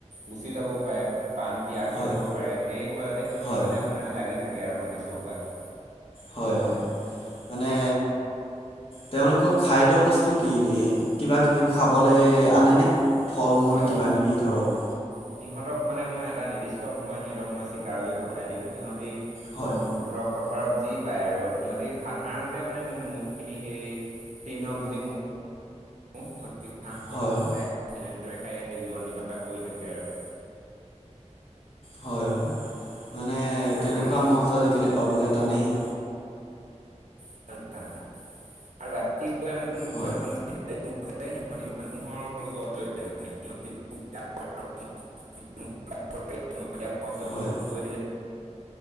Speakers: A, on the right (about 75°); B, on the left (about 50°).
A: গুচি যাবও পাৰে পাণ ত্যাগ
B: হয়
A: হৈ যাবও পাৰে সেই ভয়তে সিহঁতি
B: হয়
A: মানে আপোনাৰ লাগি। থাকে আৰু মাটি চহোৱাত।
B: হয় হয় মানে। তেওঁলোকৰ খাদ্য বস্তু ক ন কিবা কিবি খুৱাবলৈ আনেনে। ফল মূল
A: হয়
B: কিবাকিবি ধৰক।
A: সিহঁতক মানে মই এটা নিৰ্দিষ্ট সময়ত সিহঁতক মই চিকাৰলৈ পঠাই দিওঁ সিহঁতি।
B: হয়
A: উম ধৰক। পথাৰত যি পায় আৰু সিহঁতি সাধাৰণতে মানে মোৰ মহখিনি সেই তীৰ্ণ ভোজি মহ <unintelligible>
B: হয় হয়।
A: খায় এনেদৰে খাই জীৱন নিৰ্বাহ কৰি থাকে আৰু।
B: হয় মানে
A: আৰু
B: তেনেকুৱা
A: ৰাতি
B: ম'হটো আজিকালি পাবলৈ টানেই।
A: <unintelligible>
B: হয়
A: <unintelligible> <unintelligible>
B: হয়